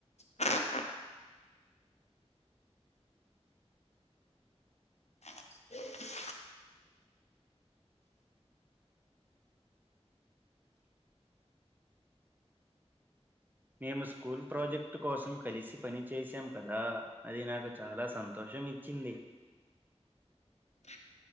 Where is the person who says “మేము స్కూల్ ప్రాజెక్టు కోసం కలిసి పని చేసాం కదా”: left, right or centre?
Right